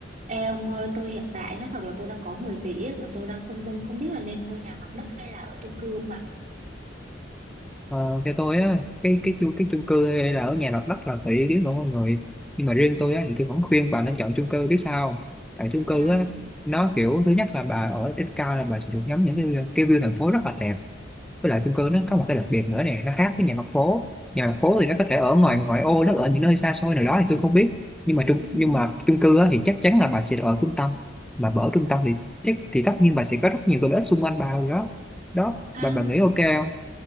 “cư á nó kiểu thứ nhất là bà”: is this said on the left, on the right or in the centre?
Centre